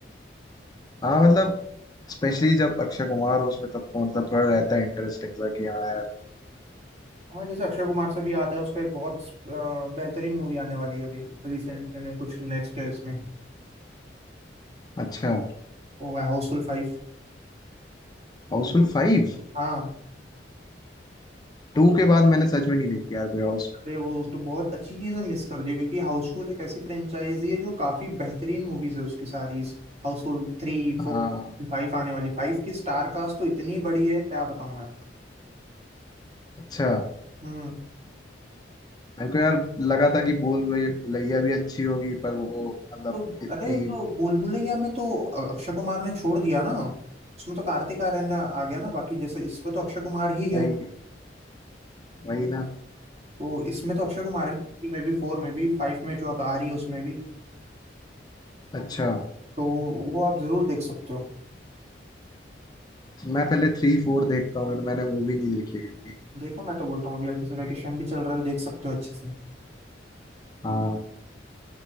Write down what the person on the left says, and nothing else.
हाँ मतलब स्पेशली जब अक्षय कुमार हो उसमें तब तो मतलब थोड़ा रहता है इंटरेस्टिंग सा कि हाँ यार
अच्छा
Housefull five
टू के बाद मैंने सच में नहीं देखी यार कोई हाउस
हाँ
अच्छा
मेरे को यार लगा था कि बोल भुलैया भुलैया भी अच्छी होगी पर वो मतलब
इतनी
वही वही ना
अच्छा
तो मैं पहले थ्री फोर देखता हूँ और मैंने वो भी नहीं देखी है क्योंकि
हाँ